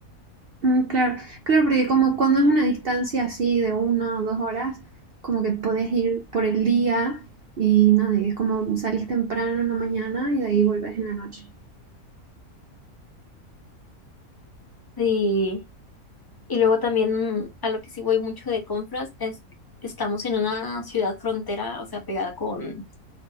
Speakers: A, on the right (about 60°); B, on the left (about 20°).
A: Mm, claro, claro, porque como cuando es una distancia así de una o dos horas, como que podés ir por el día y nada, y es como salís temprano en la mañana y de ahí volvés en la noche.
B: Y, y luego también a lo que sí voy mucho de compras es estamos en una ciudad frontera, o sea, pegada con,